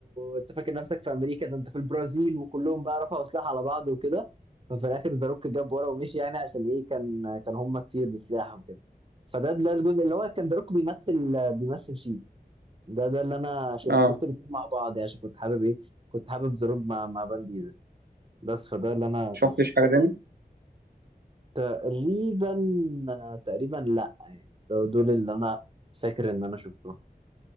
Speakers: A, on the right (about 35°); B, on the right (about 80°).
A: انت فاكر نفسك في امريكا ده انت في البرازيل وكلهم بقى رفعوا سلاح على بعض وكده ففي الاخر ذا روك جاب ورا ومشي يعني عشان ايه كان كان هم كتير بسلاح وكده فده ده الجزء اللي هو كان ذا روك بيمثل بيمثل فيه ده ده اللي انا شفت
B: اه
A: شفت الاثنين مع بعض يعني عشان كنت حابب ايه كنت حابب زروب مع مع فان ديزل بس فده اللي انا
B: شفتش
A: شفته
B: حاجه تاني
A: تقريبا تقريبا لا يعني دو- دول اللي انا فاكر ان انا شفتهم